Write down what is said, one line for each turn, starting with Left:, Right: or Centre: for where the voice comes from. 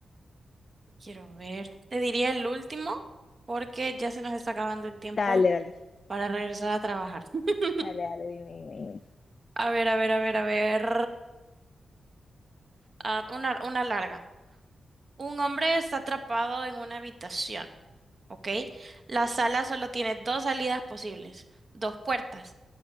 Right: Quiero ver. Te diría el último porque ya se nos está acabando el tiempo
Left: Dale, dale,
Right: para regresar a trabajar. <laughs>
Left: dale, dale, dime, dime, dime.
Right: A ver, a ver, a ver, a ver. Ah, una, una larga. Un hombre está atrapado en una habitación, ¿ok? La sala solo tiene dos salidas posibles, dos puertas.